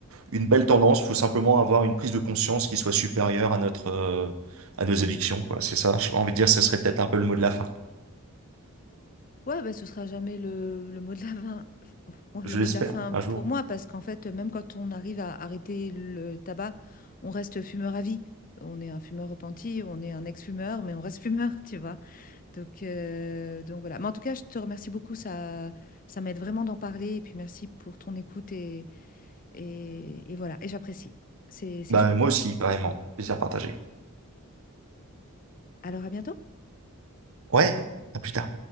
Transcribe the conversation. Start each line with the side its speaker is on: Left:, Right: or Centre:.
Right: une belle tendance. Faut simplement avoir une prise de conscience qui soit supérieure à notre, euh, à nos addictions, quoi. C'est ça. J'ai envie de dire, ce serait peut-être un peu le mot de la fin.
Left: Ouais, bah, ce sera jamais le, le mot de la fin, <laughs> ouais,
Right: Je
Left: le mot
Right: l'espère,
Left: de la fin
Right: un jour.
Left: pour moi, parce qu'en fait, même quand on arrive à arrêter le tabac, on reste fumeur à vie. On est un fumeur repenti, on est un ex-fumeur, mais on reste fumeur, <laughs> tu vois. Donc, euh, donc voilà. Mais en tout cas, je te remercie beaucoup, ça, ça m'aide vraiment d'en parler, et puis merci pour ton écoute, et, et, et voilà, et j'apprécie. C'est, c'est
Right: Bah,
Left: chouette.
Right: moi aussi, pareillement. Plaisir partagé.
Left: Alors, à bientôt.
Right: Ouais, à plus tard.